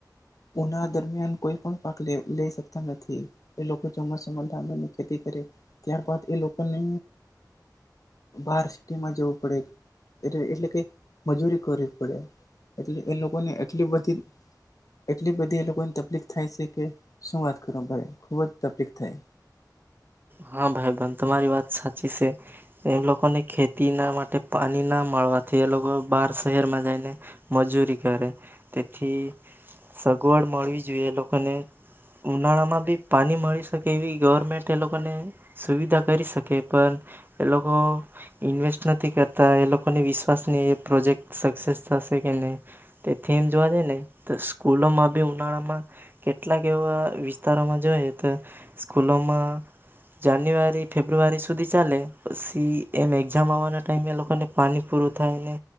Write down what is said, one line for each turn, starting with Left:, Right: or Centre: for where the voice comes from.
Left: ઉનાળ દરમિયાન કોઈ પણ પાક લેઈ-લઈ શકતા નથી. એ લોકો ચોમાસામાં ડાંગરની ખેતી કરે ત્યારબદ એ લોકોને બાર સિટીમાં જવું પડે. એટલે એટલે કે મજૂરી કરવી પડેએટલે એ લોકોને એટ બધી એટલી બધી એ લોકોને તફલીક થાય છે કે શું વાત કરો ભાઈ ખૂબ જ તફલીક થાય.
Right: હા ભાઈબંધ તમારી વાત સાચી સે. એમ લોકોને ખેતીના માટે પણી ના મળવાથી એ લોકો બાર શહેરમાં જઈને મજૂરી કરે. તેથી સગવડ મળવી જોઈએ એ લોકોને ઉનાળામાં બી પાણી મળી શકે એવી ગવર્મેન્ટ એ લો લોકોને સુવિધા કરી શકે પણ એ લોકો ઇન્વેસ્ટ નથી કરતા એ લોકોની વિશ્વાસ ની એ પ્રોજેક્ટ સક્સેસ થશે કે નહીં. તેથી એમ જોવા જઈ ને તો સ્કૂલોમાં બી ઉનાળામાં કેટલાક એવા વિસ્તારોમાં જોઈએ તો સ્કૂલોમાં જાન્યુઆરી ફેબ્રુઆરી સુધી ચાલે પસી એમ એક્ઝામ આવવાના ટાઈમે એ લોકોને પાણી પૂરું થાય ને